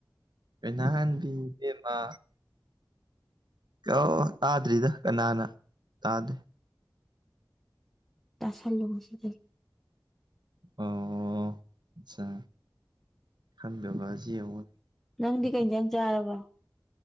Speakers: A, on the right; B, in the centre.
A: ꯑꯩꯅ ꯍꯟꯗꯤ ꯃꯥ ꯑꯣ ꯇꯥꯗ꯭ꯔꯤꯗ ꯀꯅꯥꯅ ꯇꯥꯗꯦ
B: ꯇꯥꯁꯂꯣꯁꯤꯦ
A: ꯑꯣ ꯑꯆꯥ ꯈꯥꯟꯕꯤꯕꯖꯤ ꯑꯃ
B: ꯅꯪꯗꯤ ꯀꯩꯁꯥꯡ ꯆꯥꯔꯕ